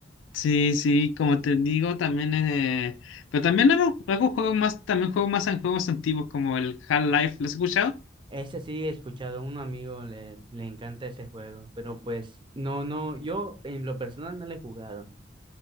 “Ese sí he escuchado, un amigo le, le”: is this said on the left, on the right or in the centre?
Right